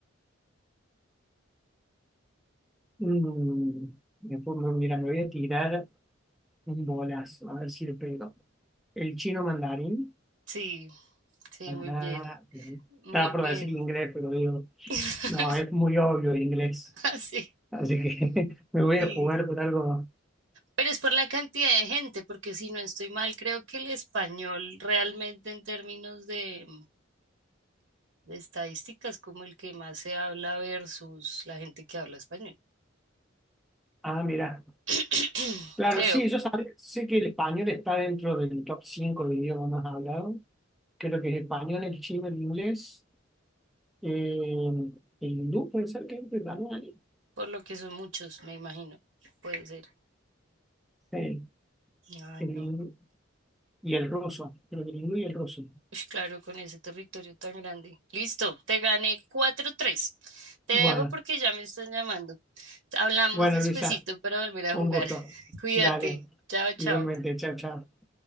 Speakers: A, in the centre; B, on the right (about 65°).
A: Mm, después me- mira, me voy a tirar un bolazo, a ver si le pego. El chino mandarín.
B: Sí, sí, muy
A: Ah,
B: bien.
A: sí.
B: Muy
A: estaba por
B: bien.
A: decir inglés, pero digo,
B: <laughs>
A: no, es muy obvio el inglés.
B: Sí,
A: Así que <laughs> me voy
B: sí.
A: a jugar por algo.
B: Pero es por la cantidad de gente, porque si no estoy mal, creo que el español realmente en términos de, de estadísticas como el que más se habla versus la gente que habla español.
A: Ah, mira.
B: <clears throat>
A: Claro,
B: Creo,
A: sí, yo sabía, sé que el español está dentro del top 5 de idiomas más hablados. Creo que es español, el chino, el inglés, eh, el hindú, puede ser que entre también ahí.
B: por lo que son muchos, me imagino. Puede ser.
A: Sí,
B: Ay,
A: el
B: no.
A: hindú y el ruso. Creo que el hindú y el ruso.
B: Ush, claro, con ese territorio tan grande. Listo, te gané cuatro tres. Te
A: Bueno,
B: dejo porque ya me están llamando. Hablamos
A: bueno,
B: despacito
A: Luisa,
B: para volver a
A: un
B: jugar.
A: gusto.
B: <laughs> Cuídate.
A: Dale,
B: Chao, chao.
A: igualmente, chao, chao.